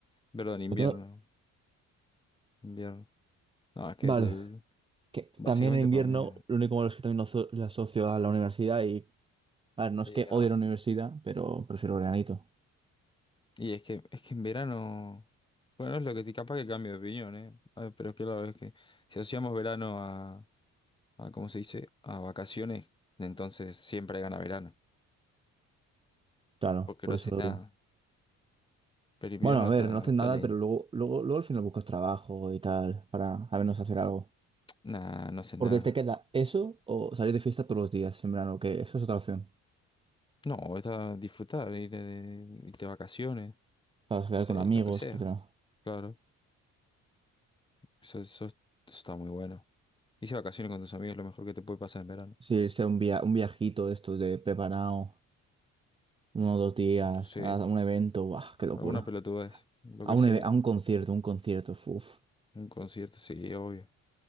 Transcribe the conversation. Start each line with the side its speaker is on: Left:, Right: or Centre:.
Left: perdón, invierno,
Right: Otro-
Left: invierno. No, es que
Right: Vale.
Left: el,
Right: Que
Left: básicamente
Right: también en invierno,
Left: por mí.
Right: lo único malo es que también lo, aso- lo asocio a la universidad y, a ver, no
Left: Y
Right: es que
Left: no.
Right: odie la universidad, pero prefiero veranito.
Left: Y es que, es que en verano, bueno, es lo que te capaz que cambio de opinión, ¿eh? A ver, pero claro, es que si asociamos verano a, a, ¿cómo se dice? A vacaciones, entonces siempre gana verano,
Right: Claro,
Left: porque
Right: por
Left: no haces
Right: eso lo
Left: nada.
Right: odio.
Left: Pero invierno
Right: Bueno, a
Left: está,
Right: ver, no haces
Left: está
Right: nada,
Left: lindo.
Right: pero luego, luego, luego al final buscas trabajo y tal, para al menos hacer algo.
Left: Nah, no haces
Right: Porque
Left: nada.
Right: te queda eso o salir de fiesta todos los días en verano, que eso es otra opción.
Left: No, está disfrutar, ir de, irte de vacaciones,
Right: Para quedar
Left: no sé,
Right: con amigos,
Left: lo que sea.
Right: etcétera.
Left: Claro, eso, eso, eso está muy bueno. Irse de vacaciones con tus amigos es lo mejor que te puede pasar en verano.
Right: Si sea un via un viajito de estos de preparado, uno o dos días,
Left: Sí,
Right: a un evento, ¡buah, qué locura!
Left: alguna pelotudez, lo
Right: A
Left: que
Right: un,
Left: sea.
Right: eve- a un concierto, un concierto, uff.
Left: Un concierto, sí, obvio.